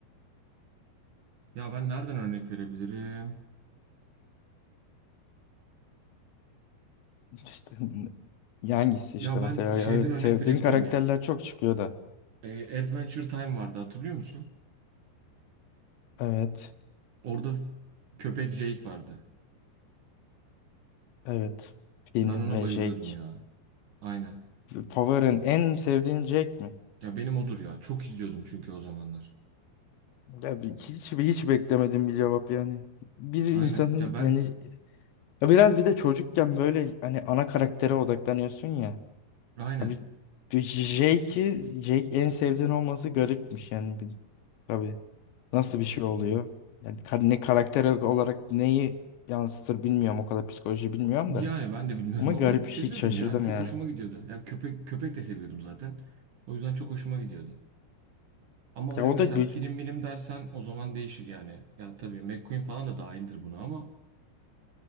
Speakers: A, on the right (about 60°); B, on the left (about 75°).
A: Ya ben nereden örnek verebilirim?
B: İşte hangisi işte
A: Ya
B: mesela
A: ben şeyden
B: evet
A: örnek
B: sevdiğin
A: verebilirim
B: karakterler
A: ya.
B: çok çıkıyor da.
A: E, Adventure Time vardı hatırlıyor musun?
B: Evet.
A: Orada köpek Jake vardı.
B: Evet. Finn
A: Ben ona
B: ve
A: bayılıyordum
B: Jake.
A: ya. Aynen.
B: Favorin en sevdiğin Jake mi?
A: Ya benim odur ya. Çok izliyordum çünkü o zamanlar.
B: Ya bir- hiç hiç beklemedim bir cevap yani. Bir insanın
A: Aynen. Ya ben
B: yani ya biraz bir de çocukken böyle hani ana karaktere odaklanıyorsun ya.
A: aynen.
B: Abi Jake'i Jake en sevdiğin olması garipmiş yani. Bir- Tabii nasıl bir şey oluyor? Yani ka- ne karakter olarak neyi yansıtır bilmiyorum o kadar psikoloji bilmiyorum
A: Yani
B: da.
A: ben de bilmiyorum
B: Ama garip
A: ama seviyordum
B: hiç şaşırdım
A: ya. Çok
B: yani.
A: hoşuma gidiyordu. Ya köpek köpek de seviyordum zaten. O yüzden çok hoşuma gidiyordu. Ama
B: Ya
A: öyle
B: o
A: mesela
B: da bir
A: film bilim dersen o zaman değişir yani. Ya tabii McQueen falan da dahildir buna ama